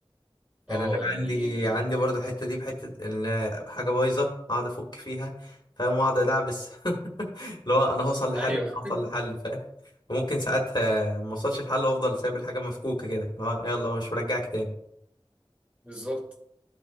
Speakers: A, on the left; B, on the right.
A: يعني
B: اه
A: انا
B: يعني
A: عندي
B: <laughs>
A: عندي برضو الحته دي بحته ان حاجه بايظه اقعد افك فيها فاهم واقعد ادعبس <laughs> اللي هو انا هوصل لحل
B: ايوه
A: انا هوصل لحل فاهم وممكن ساعتها ما اوصلش لحل وافضل سايب الحاجه مفكوكه كده اللي هو يلا أنا مش مرجعك تاني
B: بالظبط